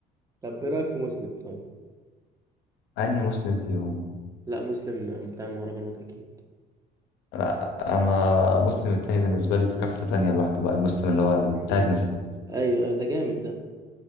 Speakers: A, on the right; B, on the left.
A: طب ايه رايك في مسلم طيب
B: اني مسلم فيهم
A: لا مسلم بتاع المهرجانات اكيد
B: لا انا مسلم التاني بالنسبه لي في كفه تانية لوحده بقى المسلم اللي هو
A: يعني
B: بتاعت نسيب
A: ايوه آه، ده جامد ده